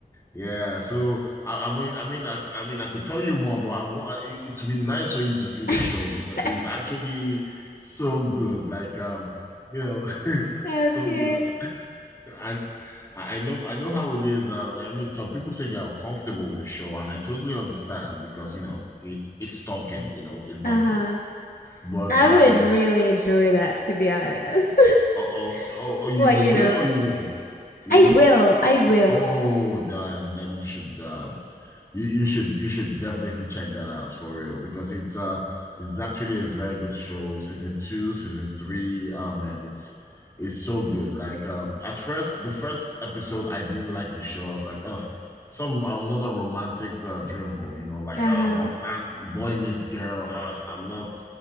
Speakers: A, on the left; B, on the left.
A: yeah, so I, I mean, I mean, I, I mean, I could tell you more, but I want it, it would be nice for you to see the
B: <laughs>
A: show because it's actually so good. Like, um, you know, <laughs>
B: Okay.
A: so good. I, I I know, I know how it is. Uh, I mean, some people say they're uncomfortable with the show, and I totally understand because you know it, it's stalking. You know, it's not
B: Uh-huh.
A: good. But
B: I
A: um,
B: would really enjoy that, to be honest. <laughs>
A: oh, oh, oh, oh, you
B: Well,
A: you
B: you
A: will
B: know,
A: or you won't? You
B: I
A: will?
B: will. I will.
A: Oh, then then you should um you you should you should definitely check that out for real because it's uh it's actually a very good show. Season two, season three, oh man, it's it's so good. Like um at first the first episode I didn't like the show. I was like, oh some another romantic uh, drivel, you know, like
B: Uh-huh.
A: oh one man boy meets girl. Uh, I'm not